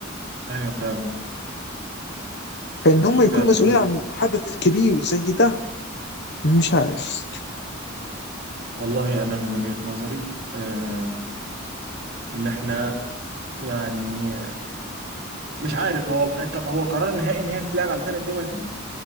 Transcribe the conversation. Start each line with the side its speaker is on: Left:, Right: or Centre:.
Right: أيوة فعلا
Left: فان هم يكونوا
Right: فعلا
Left: مسؤولين
Right: أنا
Left: عن حدث كبير زي ده مش عارف
Right: والله أنا من وجهة نظري آه إن احنا يعني مش عارف هو طب هو قرار نهائي إن هي تتلعب على ثلاث دول دي